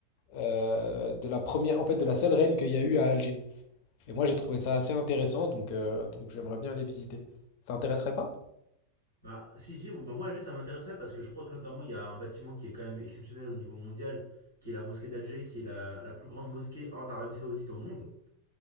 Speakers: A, on the left; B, on the right.
A: euh, de la première, en fait, de la seule reine qu'il y a eu à Alger. Et moi, j'ai trouvé ça assez intéressant, donc, euh, donc j'aimerais bien aller visiter. Ça t'intéresserait pas?
B: Bah, si, si, bon, bah, moi, Alger, ça m'intéresserait parce que je crois que notamment, il y a un bâtiment qui est quand même exceptionnel au niveau mondial, qui est la mosquée d'Alger, qui est la, la plus grande mosquée hors d'Arabie Saoudite au monde.